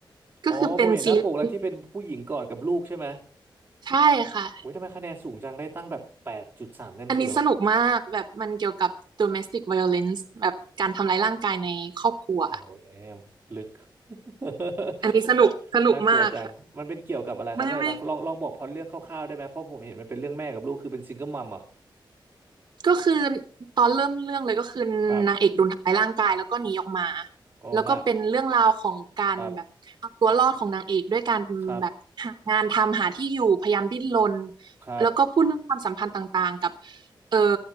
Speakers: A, on the right (about 55°); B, on the right (about 25°).
A: ก็คือเป็นซีรีส์
B: อ๋อผมเห็นหน้าปกแล้วที่เป็นผู้หญิงกอดกับลูกใช่ไหม
A: ใช่ค่ะ
B: โอ้ยทำไมคะแนนสูงจังได้ตั้งแบบแปดจุดสามเต็มสิบแบบ
A: อันนี้สนุกมากแบบมันเกี่ยวกับ domestic violence แบบการทำร้ายร่างกายในครอบครัว
B: โอ้แดมลึก <laughs>
A: อันนี้สนุกสนุกมากค่ะ
B: น่ากลัวจังมันเป็นเกี่ยวกับอะไรครับนั่นนะลองลองบอกพล็อตเรื่องคร่าวๆได้ไหมเพราะผมเห็นมันเป็นเรื่องแม่กับลูกคือเป็นซิงเกิลมัมเหรอ
A: ไม่ไม่ก็คือตอนเริ่มเรื่องเลยก็คือนางเอกโดนทำร้ายร่างกายแล้วก็หนีออกมา
B: ครับโอ้มา
A: แล้วก็เป็นเรื่องราวของการแบบเอาตัวรอดของนางเอกด้วยการแบบหางานทำหาที่อยู่พยายามดิ้นรน
B: ครับครับครับ
A: แล้วก็พูดเรื่องความสัมพันธ์ต่างๆกับ เออ